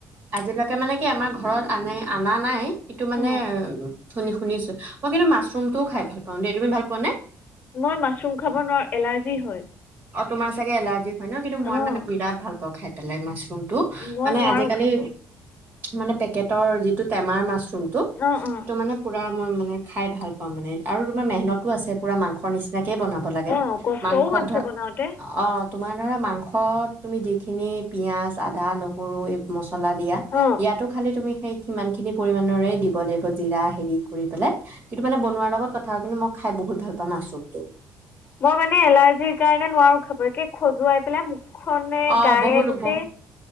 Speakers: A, on the right; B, on the left.
A: আজিলৈকে তাকে মানে কি আমাৰ ঘৰত আনে অনা নাই। সটো মানে
B: অ
A: উ শুনি শুনিছো মই কিন্তু মাছৰুমটোও খাই ভাল পাওঁ দেই। তুমি ভাল পোৱা নে?
B: মই মাছৰুম খাব নোৱাৰো এলাৰ্জি হয়।
A: অ তোমাৰ চাগে এল আজি হয় ন কিন্তু মই
B: অঁ
A: মানে বিৰাট ভাল পাওঁ খাই। এেলাই মাছ্ৰম। টো
B: মই
A: মানে
B: নোৱাৰোঁ
A: আজিকালি।
B: খাব
A: মানে পেকেটৰ যিটো টেমাৰ মাছ। খোমতো
B: অঁ
A: সেইটো
B: অঁ
A: মানে পুৰা মই ম খাই ভাল পাওঁ মানে আৰু তোমাৰ মেহনতো আছে পুৰা মাংস নিচিনা। ভালেই বনাব লাগে
B: অঁ কষ্টও
A: মাংসত
B: আছে
A: ধৰা।
B: বনাওঁতে
A: অ তোমাৰ ধৰা মাংস। তুমি যিখিনি পিয়াজ আদা নহৰু এই মছলা। মচলা দিয়া
B: অঁ
A: ইয়াতো খালি তুমি সেই সিমান খিনি পৰিমানৰে দিব লাগিব জিৰা হেৰি কৰি লে কিন্তু মানে বনোৱাৰ লগত কথাও কিন্তু মই খাই বহুত ভাল পাওঁ মাছৰুমটো।
B: মই মানে এলাৰ্জিৰ কাৰণে নোৱাৰো খাবকে খজুৱাই পেলাই। খনে
A: অ'
B: গায়ে
A: বহুত
B: গোটেই
A: বহু